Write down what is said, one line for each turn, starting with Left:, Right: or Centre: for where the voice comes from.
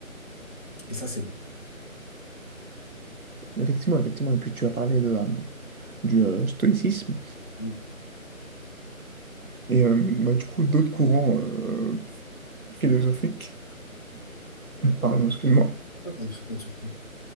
Left: Et ça, c'est beau.
Right: Effectivement, effectivement. Et puis, tu as parlé de, euh, du euh, stoïcisme.
Left: Oui.
Right: Et euh, bah, du coup, d'autres courants euh, philosophiques, pardon, excuse-moi,
Left: Ah, Pas, de pas de souci.